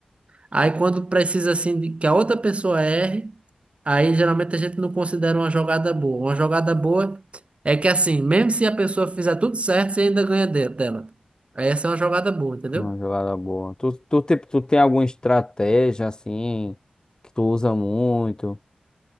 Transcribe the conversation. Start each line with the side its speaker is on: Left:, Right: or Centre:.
Right: Aí quando precisa assim de que a outra pessoa erre, aí geralmente a gente não considera uma jogada boa. Uma jogada boa é que assim, mesmo se a pessoa fizer tudo certo, você ainda ganha de- dela. Aí essa é uma jogada boa, entendeu?
Left: Uma jogada boa. Tu, tu, te- tu tem alguma estratégia assim que tu usa muito?